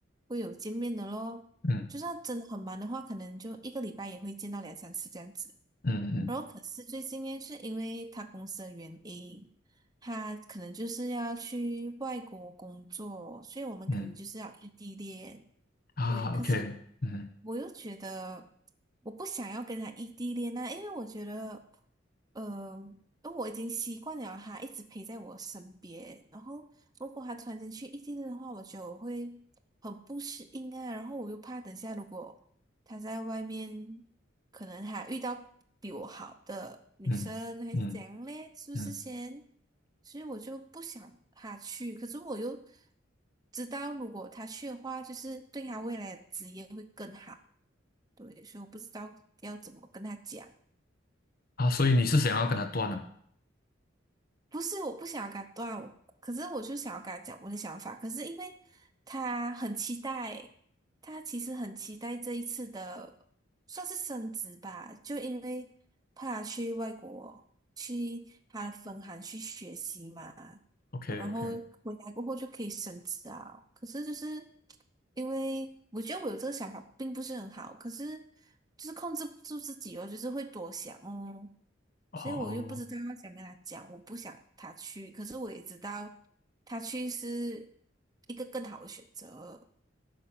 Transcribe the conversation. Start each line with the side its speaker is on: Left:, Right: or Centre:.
Right: 会有见面的咯。
Left: 嗯
Right: 就算真的很忙的话，可能就一个礼拜也会见到两三次这样子。
Left: 嗯嗯
Right: 然后可是最近呢，是因为他公司的原因，他可能就是要去外国工作，所以我们可能就是要异地恋。
Left: 嗯，啊，OK，
Right: 对，可是
Left: 嗯
Right: 我又觉得我不想要跟他异地恋啊，因为我觉得，呃，因为我已经习惯了他一直陪在我身边，然后如果他突然间去异地恋的话，我觉得我会很不适应啊，然后我又怕等下如果他在外面可能还遇到比我好的女生，
Left: 嗯嗯
Right: 还是怎样嘞？是不是先？
Left: 嗯嗯
Right: 所以我就不想他去，可是我又知道，如果他去的话，就是对他未来的职业会更好。对，所以我不知道要怎么跟他讲。
Left: 啊，所以你是想要跟他断了
Right: 不是我不想要跟他断，我可是我就想要跟他讲我的想法。可是因为他很期待，他其实很期待这一次的算是升职吧，就因为怕他去外国去他的分行去学习嘛，
Left: ？OK
Right: 然后回来过后就可以升职啊。
Left: OK，
Right: 可是就是因为我觉得我有这个想法并不是很好，可是就是控制不住自己哦，就是会多想哦。
Left: 哦，
Right: 所以我又不知道要想跟他讲，我不想他去，可是我也知道他去是一个更好的选择，